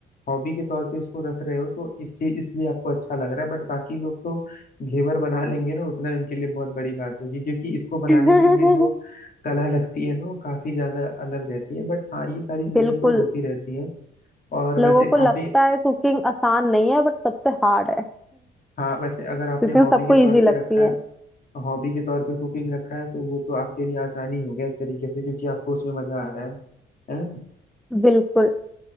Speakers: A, on the left; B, in the centre.
A: हॉबी के तौर पे इसको रख रहे हो तो इस चीज इसलिए आपको अच्छा लग रहा है बट बाकी लोग तो घेवर बना लेंगे ना उतना ही उनके लिए बहुत बड़ी बात होगी क्योंकि इसको बनाने
B: <laughs>
A: के लिए जो कला लगती है ना वो काफी ज्यादा अलग रहती है बट हाँ ये सारी चीजें
B: बिल्कुल
A: तो होती रहती हैं और
B: लोगों
A: वैसे
B: को
A: काफी
B: लगता है कुकिंग आसान नहीं है बट सबसे हार्ड है
A: हाँ वैसे अगर आपने
B: लेकिन
A: हॉबी
B: सबको
A: के तौर
B: इजी
A: पे
B: लगती
A: रखा
B: है
A: है हॉबी के तौर पे कुकिंग रखा है तो वो तो आपके लिए आसानी हो गया एक तरीके से क्योंकि आपको उसमें मजा आ रहा है हैं?
B: बिल्कुल